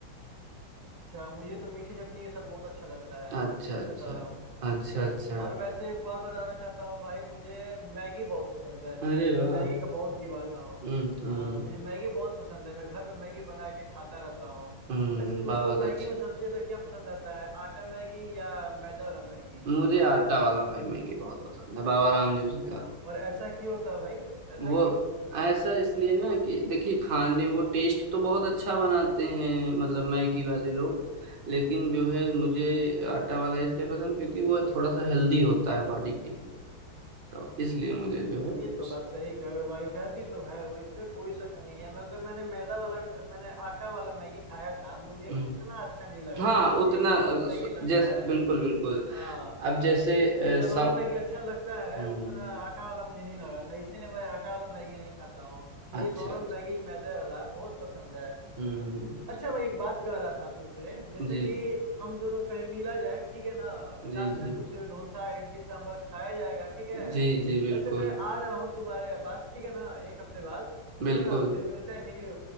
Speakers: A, on the right; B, on the right.
A: अच्छा मुझे तो मीठी चटनी के साथ बहुत अच्छा लगता है
B: अच्छा
A: सच
B: अच्छा
A: बता रहा हूँ
B: अच्छा अच्छा
A: और वैसे एक बार बताना चाहता हूँ भाई मुझे मैगी बहुत पसंद है
B: अरे वाह
A: मैं मैगी का बहुत दीवाना हूँ
B: हम्म हम्म
A: हाँ मुझे मैगी बहुत पसंद है मैं घर में मैगी बना के खाता रहता हूँ
B: हम्म,
A: वैसे तुमको
B: बहुत
A: मैगी
B: अच्छा
A: में सबसे ज्यादा क्या पसंद आता है आटा मैगी या मैदा वाला मैगी
B: मुझे आटा वाला भाई मैगी बहुत पसंद है बाबा रामदेव जी का
A: और ऐसा क्यों होता है भाई ऐसा
B: वो
A: क्यों
B: ऐसा इसलिए ना कि देखिए खाने वो टेस्ट तो बहुत अच्छा बनाते हैं मतलब मैगी वाले लोग लेकिन जो है मुझे आटा वाला इसलिए पसंद क्योंकि वो थोड़ा सा हेल्दी होता है बॉडी के लिए तो इसलिए मुझे जो है उस,
A: ये तो बात सही कहे हो भाई हेल्दी तो है वो इसमें कोई शक नहीं है मगर मैंने मैदा वाला मैंने आटा वाला मैगी खाया था मुझे
B: हम्म,
A: उतना अच्छा नहीं लगा
B: हाँ
A: जितना मुझे
B: उतना
A: नॉर्मल
B: अ,
A: मैगी
B: स-
A: लगता
B: जैसे
A: है
B: बिल्कुल बिल्कुल
A: हाँ
B: अब जैसे
A: जितना
B: अ, सब
A: नॉर्मल मैगी अच्छा लगता है
B: हम्म
A: उतना आटा वाला मुझे नहीं लगा था इसीलिए मैं आटा वाला मैगी नहीं खाता हूँ मुझे
B: अच्छा
A: नॉर्मल
B: अच्छा,
A: मैगी मैदे वाला बहुत पसंद है
B: हम्म
A: अच्छा भाई एक बात कह रहा था तुमसे जैसे
B: जी
A: कि
B: जी
A: हम दोनों कहीं मिला जाए ठीक है ना साथ
B: जी जी
A: में कुछ डोसा इडली सांभर खाया जाएगा ठीक है
B: जी जी बिल्कुल
A: वैसे मैं आ रहा हूँ तुम्हारे पास ठीक है ना एक हफ्ते बाद ठीक
B: बिल्कुल
A: है ना फिर मिलते हैं फिर